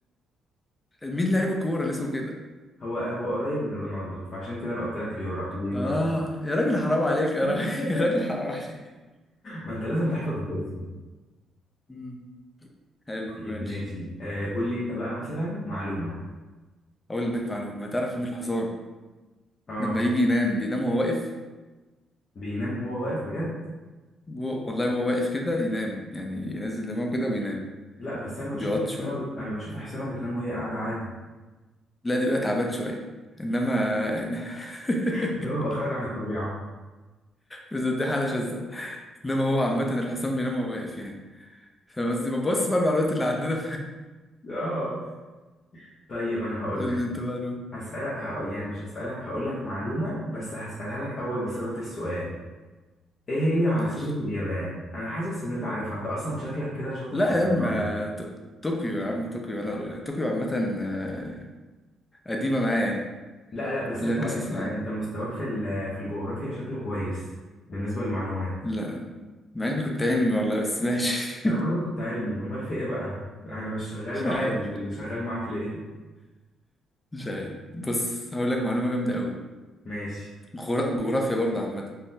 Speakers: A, on the left (about 20°); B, on the left (about 50°).
A: مين لاعب الكورة اللي اسمه كده
B: هو هو قريب من رونالدو فعشان كده انا قلت لك ليورا- ليوناردو
A: اه يا راجل حرام عليك يا
B: <laughs>
A: راجل <laughs> يا راجل حرام عليك
B: ما انت لازم تحفظ الاسم
A: مم. حلو
B: طيب
A: ماشي
B: ماشي آه قول لي انت بقى مثلا معلومه
A: اقول لك معلومة تعرف ان الحصان
B: اه
A: لما يجي ينام بينام وهو واقف
B: بينام وهو واقف بجد
A: هو- والله هو واقف كده ينام يعني ينزل دماغه كده وينام
B: لا بس انا بشوف
A: بيقعد
B: حسنا
A: شوية
B: ب... انا بشوف حسنا بتنام وهي قاعده عادي
A: لا دي بقى تعبان شوية انما <laughs>
B: ده بيبقى خارج عن الطبيعه
A: بس دي حالة شاذة انما هو عامة الحصان بينام وهو واقف يعني فبس بص بقى المعلومات اللي عندنا
B: اه طيب انا
A: <laughs>
B: هقول
A: قول
B: لك
A: لي انت بقى
B: هسألك هق... يعني مش هسألك هقول لك معلومه بس هسألها لك اول بصيغه السؤال ايه هي عاصمه
A: ماشي
B: اليابان انا حاسس ان انت عارفها انت اصلا شكلك كده شاطر
A: لا
B: في الجغرافيا
A: يا عم ط- طوكيو يا عم طوكيو انا طوكيو عامة آه، قديمة معايا يعني
B: لا لا بس
A: لا
B: انت
A: قصص
B: انت
A: معايا
B: انت مستواك في ال... في الجغرافيا شكله كويس بالنسبه للمعلومات
A: لا مع اني كنت علمي والله بس ماشي
B: انا برضو كنت علمي امال في ايه بقى انا مش شغال
A: <laughs> مش
B: معايا
A: عارف
B: اللي شغال معاك ليه
A: مش عارف بص هقول لك معلومة جامدة قوي
B: <laughs> ماشي
A: جغرا- جغرافيا برضه عامة